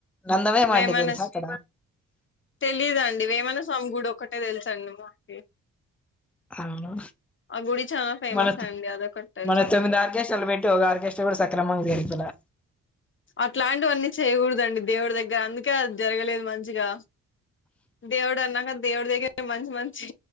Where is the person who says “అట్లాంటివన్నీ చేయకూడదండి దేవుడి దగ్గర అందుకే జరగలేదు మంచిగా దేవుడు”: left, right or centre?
Left